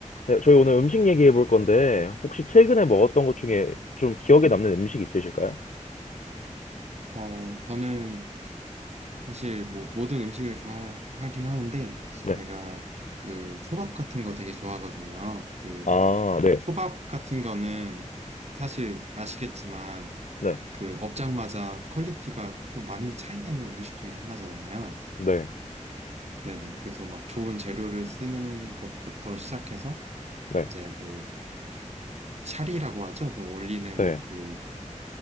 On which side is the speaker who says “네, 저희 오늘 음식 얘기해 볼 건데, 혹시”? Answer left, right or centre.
Left